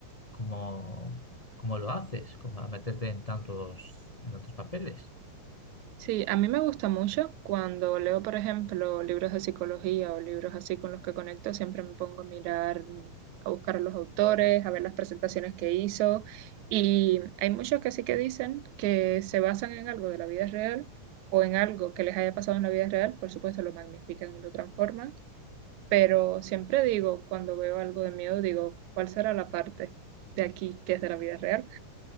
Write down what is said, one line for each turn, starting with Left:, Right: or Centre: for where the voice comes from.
Left: cómo, cómo lo haces, cómo a meterte en tantos, en tantos papeles.
Right: Sí, a mí me gusta mucho cuando leo, por ejemplo, libros de psicología o libros así con los que conecto, siempre me pongo a mirar, a buscar a los autores, a ver las presentaciones que hizo. Y hay muchos que sí que dicen que se basan en algo de la vida real o en algo que les haya pasado en la vida real, por supuesto lo magnifican y lo transforman, pero siempre digo, cuando veo algo de miedo, digo, ¿cuál será la parte de aquí que es de la vida real?